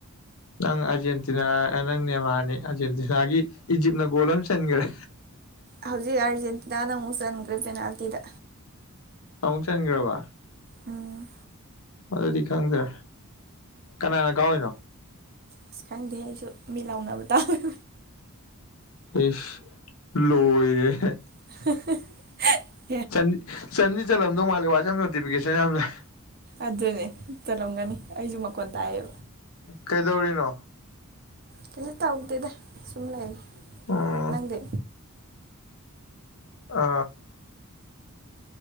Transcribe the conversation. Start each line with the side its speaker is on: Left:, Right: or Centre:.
Left: ꯅꯪ ꯑꯥꯔꯖꯦꯟꯇꯤꯅꯥ ꯑ ꯅꯪ ꯅꯦꯃꯥꯅꯤ ꯑꯥꯔꯖꯦꯟꯇꯤꯅꯥꯒꯤ ꯏꯖꯤꯞꯅ ꯒꯣꯜ ꯑꯃ ꯆꯟꯒ꯭ꯔꯦ
Right: ꯍꯧꯖꯤꯛ ꯑꯥꯔꯖꯦꯟꯇꯤꯅꯥꯅ ꯑꯃꯨꯛ ꯆꯟꯒ꯭ꯔꯦ ꯄꯦꯅꯥꯜꯇꯤꯗ
Left: ꯑꯃꯨꯛ ꯆꯟꯒ꯭ꯔꯕ
Right: ꯎꯝ
Left: ꯑꯗꯨꯗꯤ ꯈꯪꯗ꯭ꯔꯦ ꯀꯅꯥꯅ ꯀꯥꯎꯋꯤꯅꯣ
Right: ꯑꯁ ꯈꯪꯗꯦ ꯑꯩꯁꯨ ꯃꯤ ꯂꯥꯎꯅꯕ ꯇꯥꯕꯩ
Left: ꯏꯁ ꯂꯣꯏꯔꯦꯍꯦ
Right: <unintelligible>
Left: ꯆꯟ-ꯆꯟꯗꯤ ꯆꯜꯂꯝꯗꯧ ꯃꯥꯜꯂꯦ ꯋꯥꯆꯞ ꯅꯣꯇꯤꯐꯤꯀꯦꯁꯟ ꯌꯥꯝ ꯂꯩ
Right: ꯑꯗꯨꯅꯦ ꯆꯠꯂꯝꯒꯅꯤ ꯑꯩꯖꯨ ꯃꯀꯣꯟ ꯇꯥꯏꯌꯦ
Left: ꯀꯩꯗꯧꯔꯤꯅꯣ
Right: ꯀꯩꯖꯨ ꯇꯧꯗꯦꯗ ꯁꯨꯝ ꯂꯩ
Left: ꯎꯝ
Right: ꯅꯪꯗꯤ
Left: ꯑ